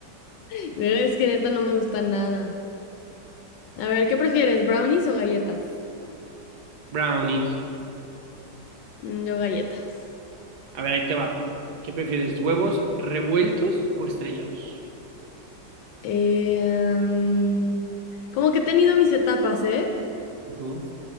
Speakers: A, on the left; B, on the right.
A: <laughs> Pero es que neta no me gusta nada. A ver, ¿qué prefieres? ¿Brownies o galletas?
B: Brownies.
A: Mm, Yo galletas.
B: A ver, ahí te va. ¿Qué prefieres? ¿Huevos revueltos o estrellados?
A: Em, como que he tenido mis etapas, ¿eh?
B: Ujú.